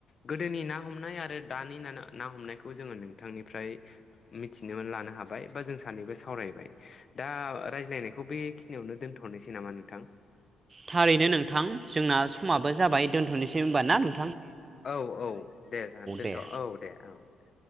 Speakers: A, on the left (about 45°); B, on the right (about 30°).
A: गोदोनि ना हमनाय आरो दानि न ना हमनायखौ जोङो नोंथांनिफ्राय मिथिना लानो हाबाय बा जों सानैबो सावरायबाय दा रायज्लायनायखौ बेखिनियावनो दोनथ'नोसै नामा नोंथां?
B: थारैनो नोंथां जोंना समाब बो जाबाय दोनथ'सै होमबाना
A: औ औ दे जागोन दोनथ'
B: दे
A: औ दे औ दे।